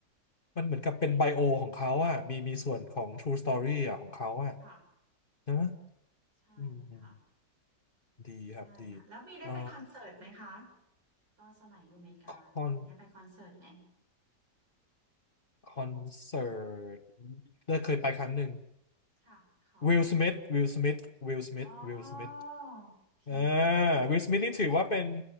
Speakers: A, on the left; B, on the right.
A: มันเหมือนกับเป็นไบโอของเขาอ่ะมีมีส่วนของ
B: ใช่ค่ะ
A: True Story
B: อืม
A: อ่ะของเขาอะ
B: ค่ะ
A: นะ
B: ใช่ค่ะ
A: อืมอืมดีครับดี
B: ใช่ค่ะแล้วมีได้ไปคอนเสิร์ตไหมคะ
A: เอ่อ
B: ตอนสมัยอยู่อเมริกาได้มีได้ไปคอนเสิร์ตไหม
A: คอนคอนเสิร์ตได้เคยไปครั้งหนึ่ง
B: ค่ะของ
A: วิลสมิธวิลสมิธวิลสมิธวิลสมิธ
B: อ๋อโอเค
A: อ่าวิลสมิธนี่ถือว่าเป็น